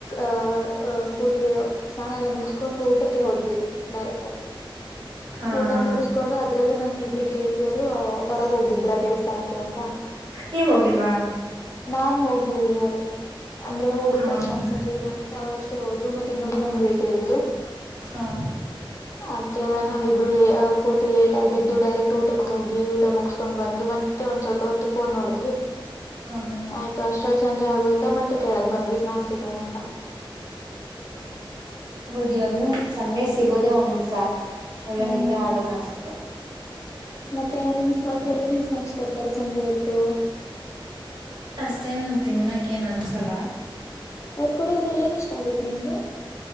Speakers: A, on the left (about 35°); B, on the right (about 55°).
A: ಅಹ ಪೂರ್ತಿಯ ಸ್ನಾನ ಎಲ್ಲ ಮುಗಿಸಕೊಂಡು ಊಟಕ್ಕೆ ಹೋದ್ವಿ ಡೈರೆಕ್ಟ್ ಆಗಿ
B: ಹಾ
A: ಊಟ
B: ಹಾ
A: ಮುಗಿಸ್ಕೊಂಡು ಅದ್ರಲ್ಲೂ ನನ್ ಇಬ್ಬ್ರ ೇಳ್ತಿಯರು ಹೊರಗೆ ಹೋಗಿದ್ರ ದೇವಸ್ಥಾನಕ್ಕೆ ಅಂತ
B: ನೀವ್ ಹೋಗಿಲ್ವಾ
A: ನಾನ್ ಹೋಗ್ಲಿಲ್ಲಾರಿೀ ಅಂದ್ರೆ ಹೋಗಕಚ್
B: ಹೌದಾ
A: ಮನ್ಸರ್ಲ್ಲ ಅಂತ ಅವ್ರಷ್ಟ ಅಷ್ಟೇ ಹೋದ್ರು ಮತ್ತೆ ಇನ್ನೊಬ್ಬರು ನಂದ ಬೇಳ್ತಿದಲು
B: ಹಾ
A: ಆದ್ರ ನಾವಿಬರುಳ್ಳ ಪರ್ತಿ ಲೇಟ್ ಆಗದ್ದು ಡೈರೆಕ್ಟ್ ಊಟಕ್ ಹೋಗಿ ಊಟ ಮುಗಿಸಸ್ಕೊಂಡ್ ಬಂದು ಮತ್ತೆ ಒಂದ್ ಸ್ವಲ್ಪ ಹೊತ್ತು ಫೋನ್ ನೋಡ್ತೀವಿ
B: ಹಾ ಹಾ
A: ಆಯ್ತು ಅಷ್ಟ್ರಲ್ಲಿ ಸಂಜೆ ಆಗೋಯ್ತಾ ಮತ್ತೆ ಕೆಳಕ್ ಬಂದ್ರಿ ಸ್ಮ್ಯಾಕ್ಸಿಗೆ ಅಂತ
B: ಂದ್ರ ಸಣ್ಣೆ ಸಿಗೋದೆೇ ಒಂದ್್ಸ ಒಳ್ಳೆ
A: ಹ್ಮ್
B: ನಿದ್ದೆ ಮಾಡ್ಬೇಕ ಅನ್ಸುತ್ತೆ
A: ಮತ್ತೆ ನಿಮ್ ಸ್ಪಾಟ್ಲ್ಲಿ ನಿನ್ ಸ್ನಾಾಕ್ಸ್ ಕೊಡ್ತಾರೆ ಸಂಜೆ ಹೊತ್ತು
B: ಮತ್ತೇನ್ ತಿನ್ನಕ್ಕ ಏನ್ ಅನ್ಸಲ್ಲ
A: ಅವ್ರ ಕೊಡೋದ್ರಲ್ಲಿ ಏನ ಇಷ್ಟ ಆಗುತ್ತೆ ನಿಮ್ಗೆ